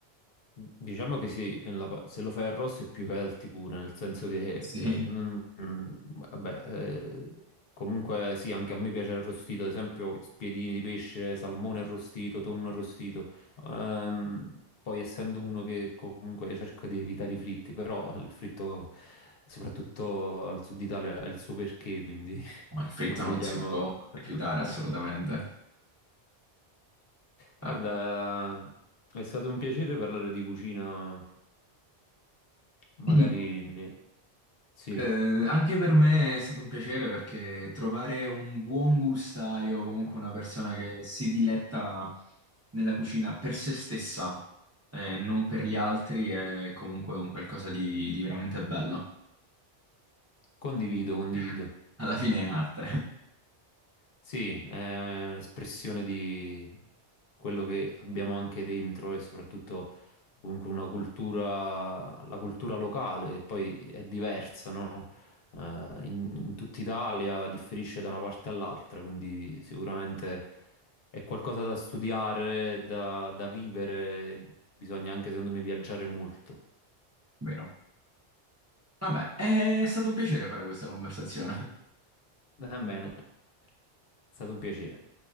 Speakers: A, on the left (about 65°); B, on the right (about 20°).
A: Diciamo che sì, la pa- se lo fai arrosto è più healthy pure, nel senso che, eh,
B: Sì.
A: non- mm, vabbè, eh, comunque sì, anche a me piace arrostito, ad esempio spiedini di pesce, salmone arrostito, tonno arrostito. Ehm, poi essendo uno che comunque cerca di evitare i fritti, però il fritto, soprattutto al sud Italia, ha il suo perché, quindi
B: No,
A: <laughs>
B: Il fritto
A: non vogliamo...
B: non si può rifiutare
A: <laughs>
B: assolutamente. Ah,
A: Guarda, è stato un piacere parlare di cucina. Magari
B: ti dico,
A: ne- sì,
B: eh, anche per me è stato un piacere perché trovare un buon gustaio, comunque una persona che si diletta nella cucina per se stessa e non per gli altri, è comunque un qualcosa di, di veramente bello.
A: condivido, condivido.
B: <laughs> Alla fine è arte, <laughs>
A: Sì, è un'espressione di quello che abbiamo anche dentro e soprattutto comunque una cultura, la cultura locale che poi è diversa, no? Eh, in, in tutta Italia differisce da una parte all'altra, quindi sicuramente è qualcosa da studiare, da, da vivere, bisogna anche secondo me viaggiare molto.
B: vero? Vabbè, è stato un piacere fare questa conversazione.
A: Va bene, è stato un piacere.